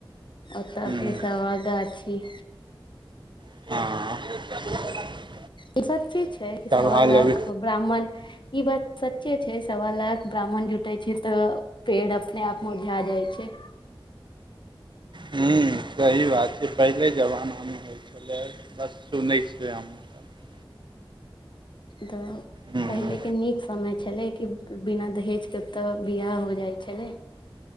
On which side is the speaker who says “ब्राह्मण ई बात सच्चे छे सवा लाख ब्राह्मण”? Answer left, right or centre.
Left